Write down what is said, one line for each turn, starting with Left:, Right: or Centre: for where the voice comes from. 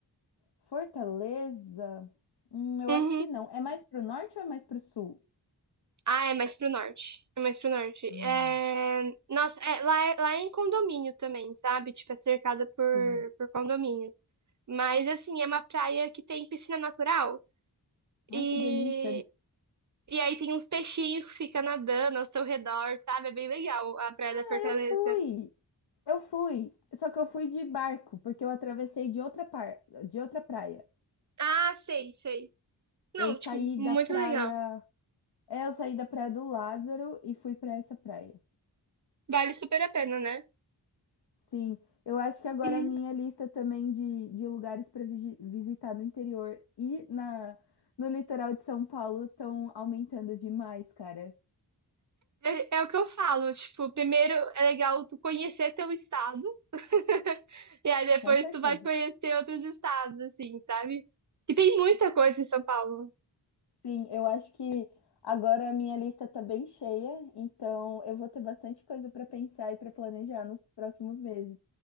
Left: Fortaleza? Hum, eu
Right: Uhum.
Left: acho que não. É mais para o norte ou é mais para o sul?
Right: Ah, é mais pro norte. É mais pro norte.
Left: Hum,
Right: É... Nossa, é, lá, é- lá é em condomínio também, sabe? Tipo, é cercada por,
Left: sim.
Right: por condomínio. Mas, assim, é uma praia que tem piscina natural.
Left: Ai,
Right: E,
Left: que delícia.
Right: e aí tem uns peixinhos que ficam nadando ao seu redor, sabe? É bem legal a Praia da Fortaleza.
Left: Ah, eu fui! Eu fui, só que eu fui de barco, porque eu atravessei de outra par... de outra praia.
Right: Ah, sei, sei. Não,
Left: Eu saí
Right: tipo, muito
Left: da praia,
Right: legal.
Left: é, eu saí da praia do Lázaro e fui para essa praia.
Right: Vale super a pena, né?
Left: Sim, eu acho que agora
Right: Uhum.
Left: a minha lista também de, de lugares para visitar no interior e na no litoral de São Paulo estão aumentando demais, cara.
Right: É, é o que eu falo, tipo, primeiro é legal tu conhecer teu estado, <laughs> e aí depois
Left: Com certeza.
Right: tu vai conhecer outros estados, assim, sabe? Que tem muita coisa em São Paulo.
Left: Sim, eu acho que agora a minha lista está bem cheia, então eu vou ter bastante coisa para pensar e para planejar nos próximos meses.